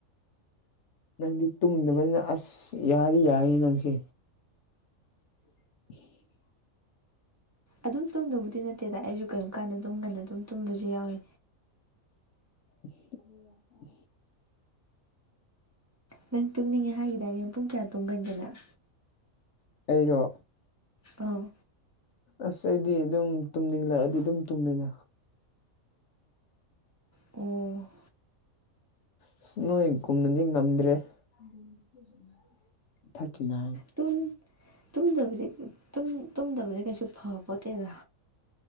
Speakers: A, on the left; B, on the right.
A: ꯅꯪꯗꯤ ꯇꯨꯝꯗꯕꯅꯤꯅ ꯑꯁ ꯌꯥꯗꯤ ꯌꯥꯏꯌꯦ ꯅꯪꯁꯦ꯫ <inaudible>
B: ꯑꯗꯨꯝ ꯇꯨꯝꯗꯕꯨꯗꯤ ꯅꯠꯇꯦꯗ ꯑꯩꯁꯨ ꯀꯔꯤꯒꯨꯝꯕ ꯀꯥꯟꯗ ꯑꯗꯨꯝ ꯉꯟꯅ ꯑꯗꯨꯝ ꯇꯨꯝꯕꯁꯨ ꯌꯥꯎꯋꯤ꯫
A: <inaudible>
B: ꯅꯪ ꯇꯨꯝꯅꯤꯡꯉꯦ ꯍꯥꯏꯈꯤꯗꯥꯏꯅꯦ ꯄꯨꯡ ꯀꯌꯥ ꯇꯨꯝꯒꯟꯒꯦꯅꯪ꯫
A: ꯑꯩꯔꯣ꯫
B: ꯑꯧ꯫
A: ꯑꯁ ꯑꯩꯗꯤ ꯑꯗꯨꯝ ꯇꯨꯝꯅꯤꯡꯂꯛꯑꯗꯤ ꯑꯗꯨꯝ ꯇꯨꯝꯃꯤꯅ
B: ꯑꯣ
A: ꯑꯁ ꯅꯣꯏ ꯀꯨꯝꯅꯗꯤ ꯉꯝꯗ꯭ꯔꯦ <inaudible> ꯊꯥꯔꯇꯤ ꯅꯥꯏꯟ
B: ꯇꯨꯟ ꯇꯨꯝꯗꯕꯁꯦ ꯇꯨꯝꯇꯨꯝꯗꯕꯁꯦ ꯀꯩꯁꯨ ꯐꯄꯣꯠꯇꯦꯗ꯫